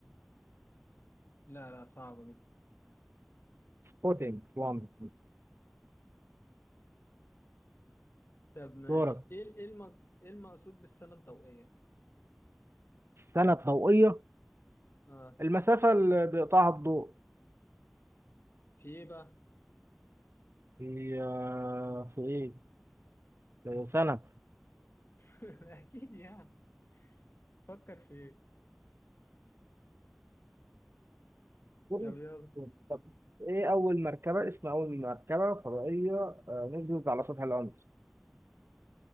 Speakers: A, on the left; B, on the right.
A: لا لا صعبة دي
B: سبوتينج 1
A: طب ماشي
B: دورك
A: ايه ال- ايه الم... ايه المقصود بالسنة الضوئية
B: السنة الضوئية
A: اه
B: المسافة اللي بيقطعها الضوء
A: في ايه بقى
B: هي في ايه؟ سنة
A: <laughs> اكيد يعني تفكر في ايه
B: قرب.
A: طب يلا
B: طب ايه اول مركبه اسم اول مركبه فضائيه آه، نزلت على سطح القمر